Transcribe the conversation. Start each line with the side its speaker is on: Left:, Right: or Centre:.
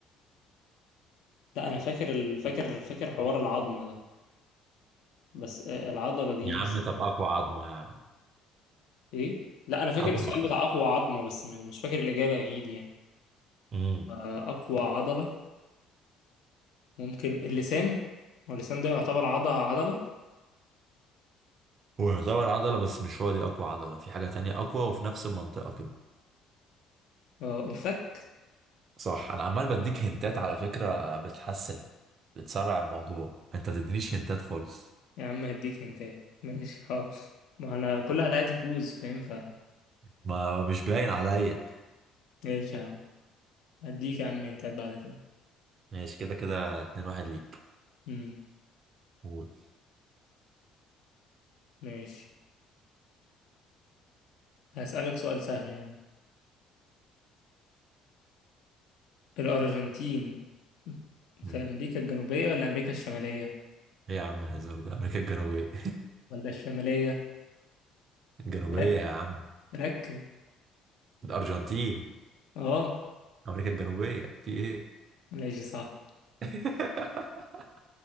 Left: لا انا فاكر ال... فاكر فاكر حوار العظمة ده بس آه، العضلة دي
Right: يا
Left: مش
Right: عم طب اقوى عظمة يا عم
Left: ايه لا انا فاكر
Right: اقوى
Left: السؤال
Right: عظمة
Left: بتاع اقوى عظمة بس م- مش فاكر الاجابة اكيد يعني
Right: مم.
Left: آه، أقوى عضلة ممكن اللسان واللسان ده يعتبر عضلة عضلة
Right: هو يعتبر عضلة بس مش هو دي أقوى عضلة في حاجة تانية أقوى وفي نفس المنطقة كده
Left: اه الفك
Right: صح أنا عمال بديك هنتات على فكرة بتحسن بتسرع الموضوع أنت تدينيش هنتات خالص
Left: يا عم هديك هنتات ماشي حاضر ما انا كل واحد عايز يفوز فاهم ف
Right: ما مش باين عليا
Left: ماشي يا عم هديك يا عم هنتات بعد كده
Right: ماشي كده كده اتنين واحد ليك
Left: امم
Right: قول
Left: ماشي هسألك سؤال سهل يا عم الأرجنتين
Right: مم.
Left: في أمريكا الجنوبية ولا أمريكا الشمالية
Right: إيه يا عم الهزار ده أمريكا الجنوبية
Left: ولا الشمالية
Right: <laughs> الجنوبية
Left: ركز
Right: يا عم
Left: ركز
Right: الأرجنتين
Left: اه
Right: أمريكا الجنوبية في إيه
Left: ماشي صح
Right: <laughs>